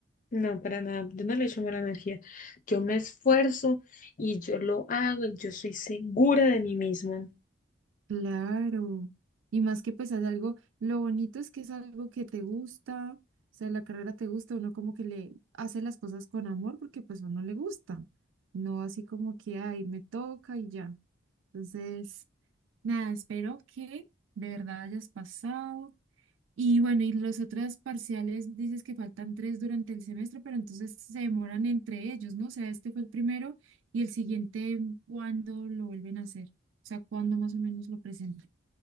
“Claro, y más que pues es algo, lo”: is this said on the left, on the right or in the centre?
Right